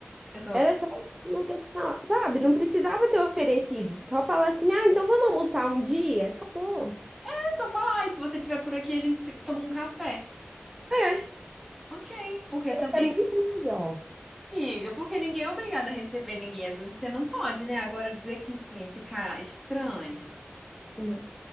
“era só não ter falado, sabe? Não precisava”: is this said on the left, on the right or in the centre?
Right